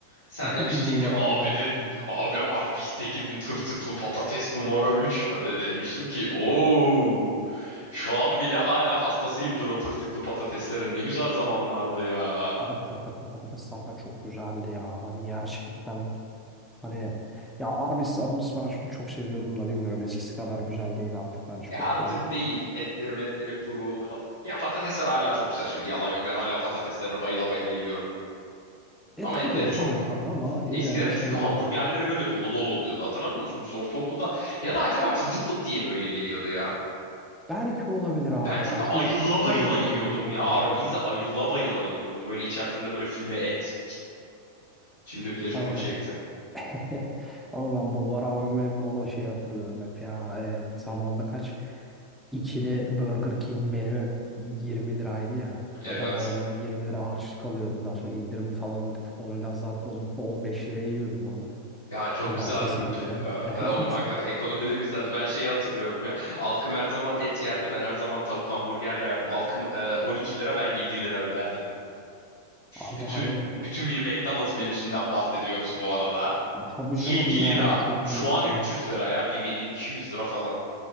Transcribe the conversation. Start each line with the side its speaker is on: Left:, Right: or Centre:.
Left: Sen
Centre: <laughs>
Left: demiştin
Centre: Bunlar
Left: ki abi
Centre: abi de.
Left: dedi abi Arby's'e gidin tırtıklı patates numara 3. de demiştim ki ooo şu an bile hala hastasıyımdır o tırtıklı patateslerin ne güzel zamanlardı ya.
Centre: Abi tırtıklı patates zaten çok güzeldi ya. Hani gerçekten hani ya Arby's Arby's ben şunu çok seviyordum da bilmiyorum eskisi kadar güzel değil artık bence
Left: Ya
Centre: çok
Left: artık
Centre: bozdu.
Left: değil. Etleri metleri kuru. Pat ya patatesler hala çok güzel şimdi yalan yok. Ben hala patateslerini bayıla bayıla yiyorum.
Centre: E
Left: Ama
Centre: tabii
Left: etleri çok
Centre: tabii
Left: kuru.
Centre: hani ama yine
Left: Eskiden
Centre: de şey
Left: çünkü
Centre: değil
Left: hamburgerleri
Centre: ya.
Left: böyle dolu dolu oluyordu. Hatırlamıyor musun? Biz ortaokulda ya da acaba çocukluk diye mi öyle geliyordu ya?
Centre: Belki olabilir abi
Left: Ben çünkü
Centre: ya. Çocukluk
Left: ayıla bayıla
Centre: diye öyle
Left: yiyordum
Centre: geliyor olabilir
Left: ya. Arby's'i
Centre: de.
Left: ayıla bayıla yiyordum. Böyle içerisinde böyle füme et. Şimdi bile canım
Centre: Hani
Left: çekti.
Centre: <laughs> Ama ben Bulvar AVM'nin orada şeyi hatırlıyorum hep ya. E, zamanında kaç? İkili Burger King menü 20 liraydı ya.
Left: Evet.
Centre: Zaten babamdan 20 lira harçlık alıyordum. Daha sonra indirim falan kuponuyla zartla zurtla 15 liraya yiyordum onu.
Left: Ya çok
Centre: Cumartesi
Left: güzeldi
Centre: günleri.
Left: ya.
Centre: <laughs> Evet.
Left: Ama hakikaten ekonomi de güzeldi. Ben şeyi hatırlıyorum ya. Alkım her zaman et yerdi. Ben her zaman tavuk hamburger yerdim. Alkım e, 12 lira ben 7 lira öderdim.
Centre: Abi
Left: Bütün.
Centre: hani
Left: Bütün bir McDonald's menüsünden bahsediyoruz bu arada.
Centre: <laughs> tabii canım
Left: 7 lira.
Centre: yani çok
Left: Şu
Centre: büyük
Left: an 300
Centre: bir
Left: lira ya. Bir menü 200 lira falan.